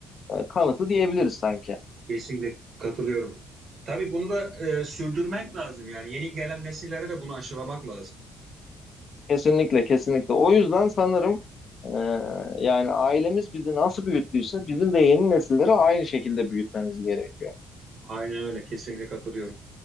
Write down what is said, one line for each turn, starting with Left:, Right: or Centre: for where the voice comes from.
Left: e, kanıtı diyebiliriz sanki.
Right: Kesinlikle katılıyorum. Tabii bunu da e, sürdürmek lazım yani. Yeni gelen nesillere de bunu aşılamak lazım.
Left: Kesinlikle, kesinlikle. O yüzden sanırım e, yani ailemiz bizi nasıl büyüttüyse bizim de yeni nesilleri aynı şekilde büyütmemiz gerekiyor.
Right: Aynen öyle, kesinlikle katılıyorum.